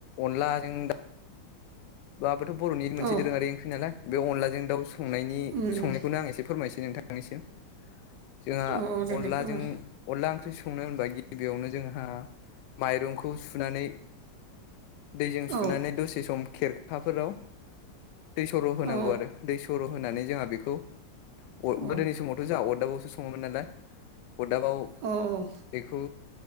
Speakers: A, on the left; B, on the right.
A: अनलाजों दा बेबोथ' बर'नि मोनसे
B: औ
A: दोरोङारि ओंख्रि नालाय बे अनलाजों दाउ सनायनि
B: उम
A: संनायखौनो
B: उम
A: आं एसे फोरमायनोसै नोंथांनिसिम जोंहा
B: औ औ दे
A: अनलाजों
B: दे फोरमाय
A: अनला ओंख्रि संनो होनबा गिबियावनो जोंहा माइरंखौ सुनानै दैजों सुनानै
B: औ
A: दसे सम खेरखाफोराव दै सर' होनांगौ
B: औ
A: आरो दै सर' होनानै जोंहा बेखौ अ
B: औ
A: गोदोनि समावथ' जोंहा अरदाबावसो सङोमोन नालाय अरदाबाव
B: अ औ
A: बेखौ